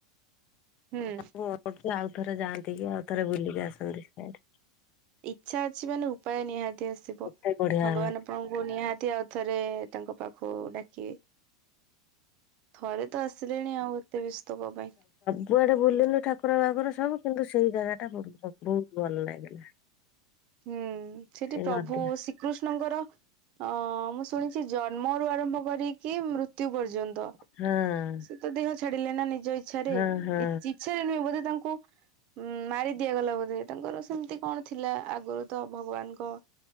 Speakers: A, on the right; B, on the left.
A: ହୁଁ।
B: <unintelligible> ଏପଟେ ଆଉ ଥରେ ଯାଆନ୍ତି କି ଆଉ ଥରେ ବୁଲିକି ଆସନ୍ତି ସିଆଡେ।
A: ଇଚ୍ଛା ଅଛି ମାନେ ଉପାୟ ନିହାତି ଆସିବ
B: କେତେ ବଢିଆ
A: ଭଗବାନ ଆପଣଙ୍କୁ ନିହାତି ଆଉ ଥରେ ତାଙ୍କ ପାଖକୁ ଡାକିବେ। ଥରେ ତ ଆସିଲେଣି ଆଉ ଏତେ ବ୍ୟାସ୍ତ କଣ ପାଇଁ?
B: କୁଆଡେ ବୁଲିଲୁ ଠାକୁର ବାକୁର ସବୁ କିନ୍ତୁ ସେଇ ଜାଗାଟା ବହୁତ ବହୁତ୍ ଭଲ ଲାଗିଲା।
A: ହୁଁ ସେଠି
B: ସେଇ
A: ପ୍ରଭୁ
B: ନଦୀ
A: ଶ୍ରୀକୃଷ୍ଣଙ୍କର ଅ ମୁଁ ଶୁଣି ସେ ଜନ୍ମରୁ ଆରମ୍ଭ କରିକି ମୃତ୍ୟୁ ପର୍ଯ୍ୟନ୍ତ।
B: ହଁ।
A: ସେ ତ ଦେହ ଛାଡିଲେ ନା ନିଜ ଇଛାରେ
B: ହଁ ହଁ।
A: ଇଛାରେ ନୁହେଁ ବୋଧେ ତାଙ୍କୁ ଉଁ ମାରି ଦିଆଗଲା ବୋଧେ ତାଙ୍କର ସେମିତି କଣ ଥିଲା ଆଗରୁ ତ ଭଗବାନଙ୍କ